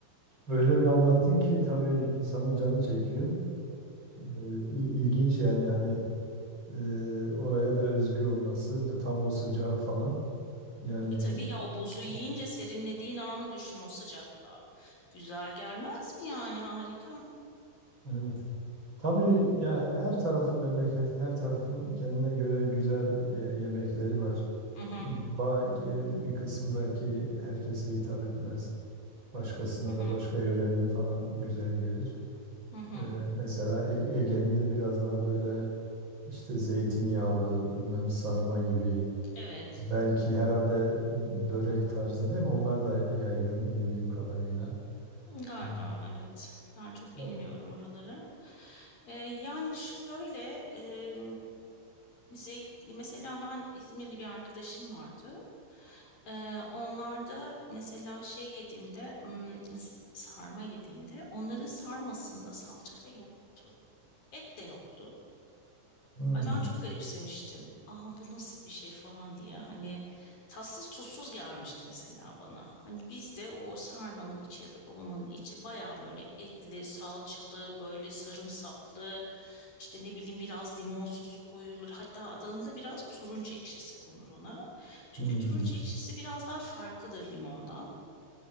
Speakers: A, on the right; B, on the left.
A: öyle bir anlattın ki tabii insanın canı çekiyor. Ee, il- ilginç yani hani e, oraya da özgü olması da tam o sıcağı falan yani
B: Tabii tabii ya o buzu yiyince
A: o-
B: serinlediğin anı düşün o sıcakta. Güzel gelmez mi yani harika.
A: evet. Tabii ya her tarafın memleketin her tarafın kendine göre güzel e, yemekleri var.
B: Hı hı,
A: Belki bir kısmı belki herkese hitap etmez. Başkasına
B: hı hı,
A: da başka yörenin falan güzel gelir.
B: hı hı.
A: Ee, mesela Ege- Ege'nin de biraz daha böyle işte zeytinyağlı, bilmem sarma gibi.
B: Evet.
A: Belki herhalde börek tarzı değil mi? Onlar da yaygın bildiğim kadarıyla.
B: Galiba
A: Ee,
B: evet. Ben çok
A: o-
B: bilmiyorum oraları. Ee, yani şöyle e, zeyt, mesela ben İzmirli bir arkadaşım vardı. Ee, onlar mesela şey yediğimde hmm, z- sarma yediğimde onların sarmasında salça yoktu. Et de yoktu.
A: Hmm,
B: Ay ben çok garipsemiştim. Aa bu nasıl bir şey falan diye. Hani tatsız tuzsuz gelmişti mesela bana. Hani bizde o sarmanın içi ya da dolmanın içi bayağı böyle etli, salçalı, böyle sarımsaklı, işte ne bileyim biraz limon sosu koyulur. Hatta Adana'da biraz turunç ekşisi konur ona. Çünkü
A: hmm.
B: turunç ekşisi biraz daha farklıdır limondan.